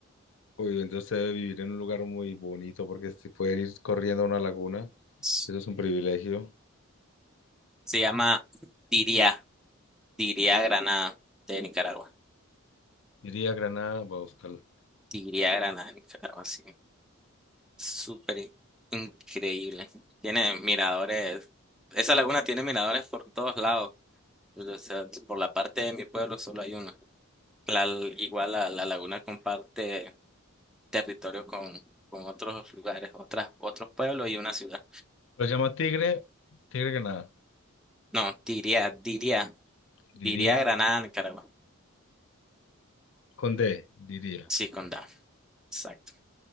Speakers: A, on the left; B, in the centre.
A: Uy, entonces debe vivir en un lugar muy bonito, porque si puede ir corriendo a una laguna,
B: sí.
A: eso es un privilegio.
B: Se llama Tiria, Tiria Granada de Nicaragua.
A: Diría Granada, voy a buscarlo.
B: Tiria Granada de Nicaragua, sí. Súper in- increíble. Tiene miradores. Esa laguna tiene miradores por todos lados. Pues, O sea, por la parte de mi pueblo solo hay uno. La- igual la, la laguna comparte territorio con, con otros lugares, otras, otros pueblos y una ciudad.
A: Lo llama Tigre, Tigre Granada.
B: No, Tiria, Tiria,
A: Diría,
B: Tiria Granada, Nicaragua.
A: con D, diría.
B: Sí, con condado. Exacto.